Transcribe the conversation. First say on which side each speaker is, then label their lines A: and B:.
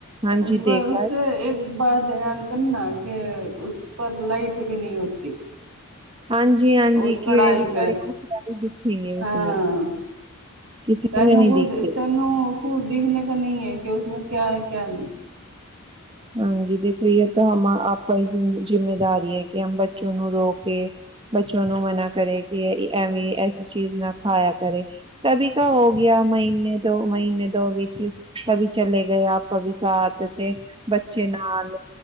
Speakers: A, on the right; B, on the right.
A: ਹਾਂਜੀ
B: ਉਸ
A: ਦੇਖਾ
B: ਇੱਕ ਬਾਰ ਧਿਆਨ ਕਰਨਾ ਕਿ ਉਸ ਪਰ ਲਾਈਟ ਵੀ ਨਹੀਂ ਹੋਤੀ
A: ਹਾਂਜੀ-ਹਾਂਜੀ
B: ਉਸ
A: ਕੀੜੇ
B: ਕੜਾਈ
A: ਵੀ
B: ਪੇ,
A: ਬੜੇ ਦਿਖੇਗੇ
B: ਹਾਂ
A: ਉਸਮੇ, ਕਿਸੀ
B: ਤੈਨੂੰ
A: ਨੇ ਨਹੀਂ ਦਿਖਤੇ।
B: ਤੈਨੂੰ ਦੇਖਣੇ ਕ ਨਹੀਂ ਹੈ ਕਿ ਉਸਮੇ ਕਿਆ ਹੈ ਕਿਆ ਨਹੀਂ
A: ਹਾਂਜੀ ਦੇਖੀਏ ਤਾਂ ਹਮ ਆਪਾਂ ਦੀ ਜਿੰਮੇਵਾਰੀ ਹੈ ਕਿ ਹਮ ਬੱਚੋ ਨੂੰ ਰੋਕੇ ਬੱਚੋ ਨੂੰ ਮਨਾ ਕਰੇ ਕਿ ਐਵੇਂ ਐਸੀ ਚੀਜ਼ ਨਾ ਖਾਇਆ ਕਰੇ ਕਭੀ ਕਾ ਹੋ ਗਿਆ ਮਹੀਨੇ ਦੋ ਮਹੀਨੇ ਦੋ ਵਿੱਚ, ਕਭੀ ਚਲੇ ਗਏ ਕਭੀ ਸਾਥ ਤੇ ਬੱਚੇ ਨਾਲ